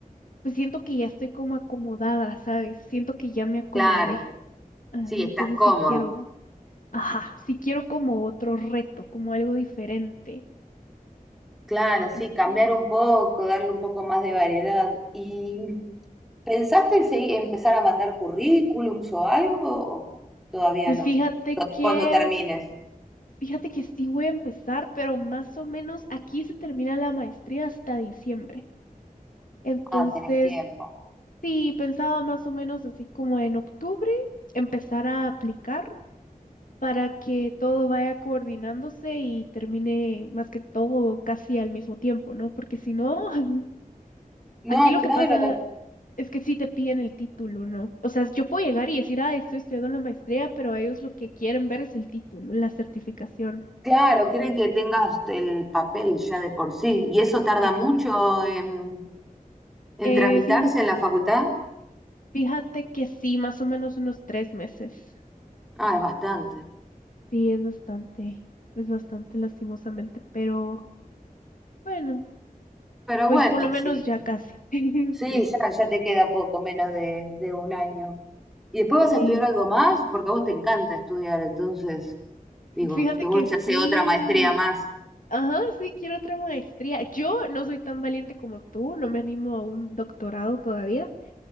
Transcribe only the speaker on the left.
pues siento que ya estoy como acomodada, ¿sabes? Siento que ya me acomodé.
Ah,
entonces
sí quiero, ajá, sí quiero como otro reto, como algo diferente.
Entonces,
pues
fíjate
que
Fíjate que sí voy a empezar, pero más o menos aquí se termina la maestría hasta diciembre. Entonces,
sí, pensaba más o menos así como en octubre empezar a aplicar para que todo vaya coordinándose y termine más que todo casi al mismo tiempo, ¿no? Porque si no, <laughs>
aquí lo
que pasa es que sí te piden el título, ¿no? O sea, yo puedo llegar y decir, ah, estoy estudiando la maestría, pero ellos lo que quieren ver es el título, la certificación.
Exacto.
Eh,
fíjate
Fíjate que sí, más o menos unos tres meses.
Sí, es bastante, es bastante lastimosamente, pero bueno,
pues
por lo menos
ya casi. <laughs>
Sí,
sí.
Fíjate
que
sí.
Ajá, sí, quiero otra maestría. Yo no soy tan valiente como tú, no me animo a un doctorado todavía,